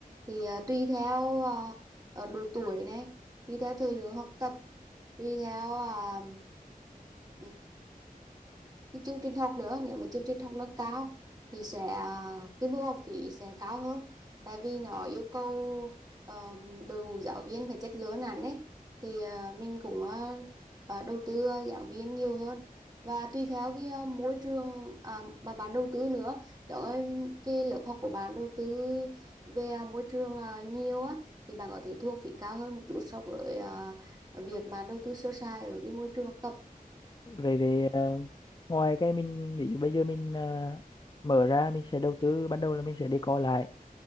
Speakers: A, on the right; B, on the left.
A: thì à, tùy theo à, ờ, độ tuổi này tùy theo thời lượng học tập tùy theo à, ừm, à, cái chương trình học nữa nếu mà chương trình học nó cao thì sẽ à, cái mức học phí sẽ cao hơn tại vì nó yêu cầu ờ, đội ngũ giáo viên phải chất lượng hẳn đấy thì ờ, mình cũng ờ, ờ, đầu tư ờ, giáo viên nhiều hơn và tùy theo cái ờ, môi trường à, mà bạn đầu tư nữa giống như cái lớp học của bạn đầu tư về ờ, môi trường ờ, nhiều á thì bạn có thể thu học phí cao hơn một chút so với à, việc bạn đầu tư sơ sài ở cái môi trường học tập
B: về về ờ, ngoài cái mình ví dụ bây giờ mình à, mở ra mình sẽ đầu tư ban đầu là mình sẽ decor lại